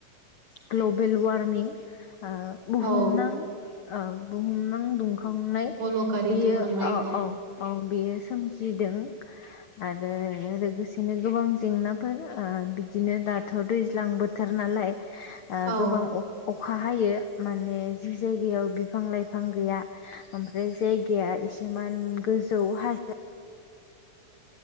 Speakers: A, on the left; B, on the right.
A: ग्ल'बेल वारमिं आ बुहुमनां
B: औ
A: आ बुहुमनां दुंखांनाय
B: गल'कारि
A: बेयो
B: दुंखांनाय
A: औ औ औ बेयो सोमजिदों आरो लोगोसेनो गोबां जेंनाफोर बिदिनो दाथ' दैज्लां बोथोर नालाय आ
B: औ
A: गोबां अ अ खा हायो माने जि जायगायाव बिफां लाइफां गैया बे जायगाया एसेमान गोजौ हाजो